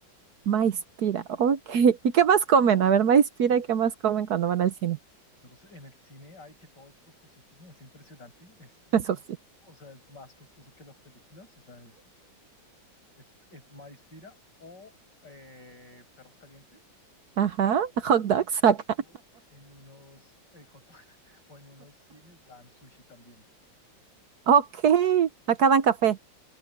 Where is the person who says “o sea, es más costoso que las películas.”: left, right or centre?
Left